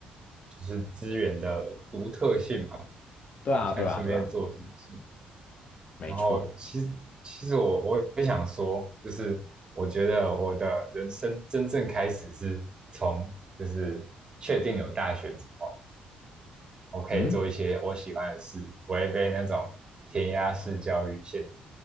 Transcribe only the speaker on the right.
就是资源的独特性嘛，
我现在顺便做笔记。
然后其实其实我我也想说，就是我觉得我的人生真正开始是从就是确定有大学之后。我可以做一些我喜欢的事，
不会被那种填鸭式教育限制。